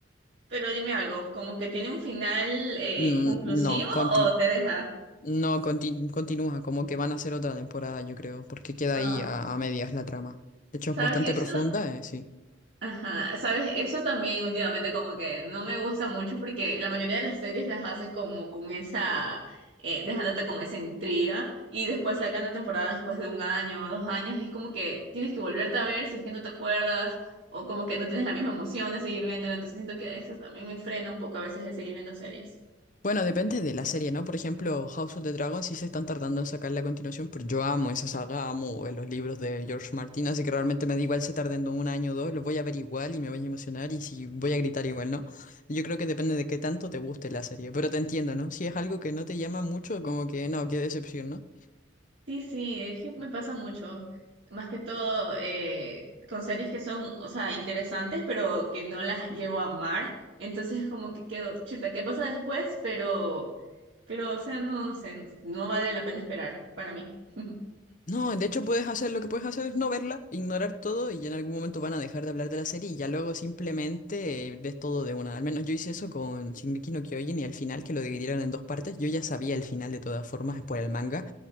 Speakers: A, on the right; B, on the left.
A: Pero dime algo, ¿como que tiene un final eh,
B: Mm,
A: conclusivo
B: no, continúa
A: o te deja?
B: No, conti- continúa, como que van a hacer otra temporada, yo creo, porque queda
A: Ah,
B: ahí a, a medias la trama. De hecho,
A: ¿sabes?
B: es bastante
A: Eso
B: profunda, eh, sí.
A: Ajá, sabes, eso también últimamente como que no me gusta mucho porque la mayoría de las series las hacen como con esa, eh, dejándote con esa intriga y después sacan la temporada después de un año o dos años y es como que tienes que volverte a ver si es que no te acuerdas o como que no tienes la misma emoción de seguir viéndola, entonces siento que eso también me frena un poco a veces de seguir viendo series.
B: Bueno, depende de la serie, ¿no? Por ejemplo, House of the Dragon sí se están tardando en sacar la continuación, pero yo amo esa saga, amo eh, los libros de George Martin, así que realmente me da igual se tarden un año o dos, los voy a ver igual y me voy a emocionar y si voy a gritar igual, ¿no? Yo creo que depende de qué tanto te guste la serie, pero te entiendo, ¿no? Si es algo que no te llama mucho, como que no, qué decepción, ¿no?
A: Sí, sí, es que me pasa mucho. Más que todo eh, con series que son, o sea, interesantes, pero que no las llego a amar. Entonces, como que quedo, chuta, ¿qué pasa después? Pero, pero, o sea, no, no sé, no vale la pena esperar para mí. <laughs>
B: No, de hecho puedes hacer lo que puedes hacer es no verla, ignorar todo y en algún momento van a dejar de hablar de la serie y ya luego simplemente eh, ves todo de una. Al menos yo hice eso con Shingeki no Kyojin y al final que lo dividieron en dos partes, yo ya sabía el final de todas formas por el manga